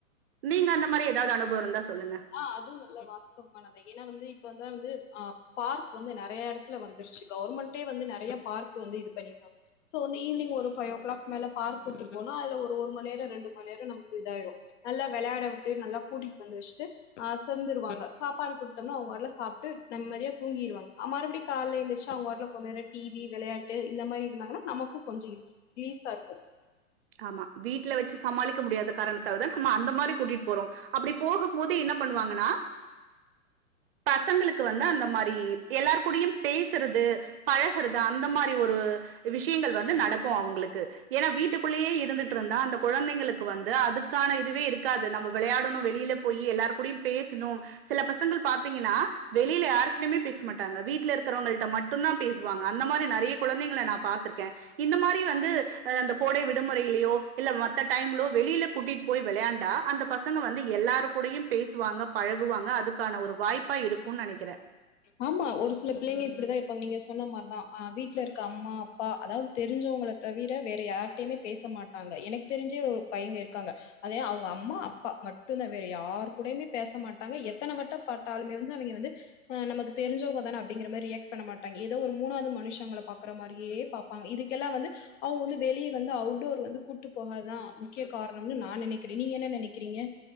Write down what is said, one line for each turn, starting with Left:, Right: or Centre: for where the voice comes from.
Right: நீங்க அந்த மாரி ஏதாவது அனுபவம் இருந்தா சொல்லுங்க
Left: ஆஹ் அதுவும் நல்ல வாஸ்தவமானதான் ஏன்னா வந்து இப்ப அத வந்து ஆஹ் பார்க் வந்து நறைய இடத்துல வந்துருச்சு கவர்மெண்ட வந்து நறைய பார்க் வந்து இது பண்ணிருாங்க சோ வந்து ஈவினிங ஒரு பபைவ் ஓ கிளாக் மேல பார்க் விட்டு போனா அதுல ஒரு மணி நேரம் ரெண்டு மணி நேரம் நமக்கு இதாயிரும் நல்லா விளையாட விட்டு நல்லா கூட்டிட்டு வந்து வச்சுட்டு அசந்துருவாங்க சாப்பாடு குடுத்தோம்னா அவுங்க வாட்டுல சாப்ட்டு நிம்மதியா தூங்கிடுவாங்க மறுபடி கால்ல எந்திரச்சு அவுங்க வாட்டுல கொஞ்ச நேரம் டிவி வெளையாட்டு இந்த மாரி இருந்தாங்கன்னா நமக்கும் கொஞ்சம் ரிலீஸா இருக்கும்
Right: ஆமா வீட்ல வச்சு சமாளிக்க முடியாத காரணத்தை நம்ம அந்த மாரி கூட்டிட்டு போறோம் அப்டி போகும்போது என்ன பண்ணுவாங்கன்னா பசங்களுக்கு வந்து அந்த மாரி எல்லார் கூடயும் பேசுறது பழகுறது அந்த மாரி ஒரு விஷயங்கள் வந்து நடக்கும் அவுங்களுக்கு ஏன்னா வீட்டுக்கு குள்ளயே இருந்துட்டுருந்தா அந்த குழந்தைங்களுக்கு வந்து அதுக்கன இதுவே இருக்காது நம்ம வெளையாடணும் வெளியில போய் எல்லார் கூடயும் பேசணும் சில பசங்கள் பாத்தீங்கன்னா வெளியில யாருட்டுமே பேச மாட்டாங்க வீட்டுல இருக்கிறவங்கள்ட மட்டும்தான் பேசுவாங்க அந்த மாரி நறைய குழந்தைங்களை நான் பா்த்திருக்கேன் இந்த மாதிரி வந்து கோடை விடுமுறையிலயோ இல்ல மத்த டைம்லோ வெளியில கூட்டிட்டு போய் விளையாண்டா அந்த பசங்க வந்து எல்லாரு கூடையும் பேசுவாங்க பழகுவாங்க அதுக்கான ஒரு வாய்ப்பா இருக்கும் நெனைக்கிறேன்
Left: ஆமா ஒரு சில பிள்ளைங்க இப்படிதான் இப்ப நீங்க சொன்ன மாதிரிதான் ஆஹ் வீட்டுல இருக்க அம்மா அப்பா அதாவது தெரிஞ்சவங்கள தவிர வேற யார்டையுமே பேச மாட்டாங்க எனக்கு தெரிஞ்சு ஒரு பயங்க இருக் க்காங்க அது அவுங்க அம்மா அப்பா மட்டும்தான் வேற யாரு கூடயுமே பேச மாட்டாங்க எத்தனை வட்ட பட்டாலுமே வந்து அவங்க வந்து ஆஹ் நமக்கு தெரிஞ்சவுங்க தானே அப்படிங்கிற மாதிரி ரியாக்ட் பண்ண மாட்டாங்க ஏதோ ஒரு மூணாவது மனுஷங்களை பாக்குற மாதிரியே பாப்பாங்க இதுக்கல்லாம் வந்து அவ வந்து வெளியே வந்து அவுட்டோர் வந்து கூட்டு போகாதான் முக்கிய காரணம்னு நான் நெனைக்கிறேன் நீங்க என்ன நெனைக்கிறீங்க